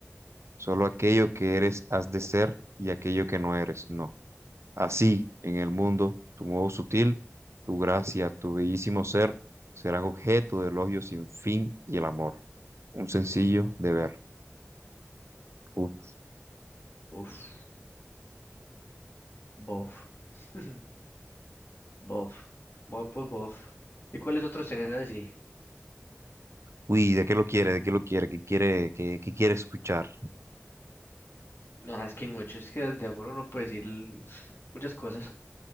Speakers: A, on the right; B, on the left.
A: solo aquello que eres has de ser y aquello que no eres, no. Así, en el mundo, tu modo sutil, tu gracia, tu bellísimo ser, serán objeto de elogio sin fin y el amor. Un sencillo deber. Uf.
B: Uf, bof. <laughs> Bof. Bof, bof, bof. ¿Y cuáles otros tenés así?
A: Uy, ¿de qué lo quiere? ¿De qué lo quiere? ¿Qué quiere, qué, qué quiere escuchar?
B: Ah, es que hay muchos, es que de amor uno puede decir l- muchas cosas.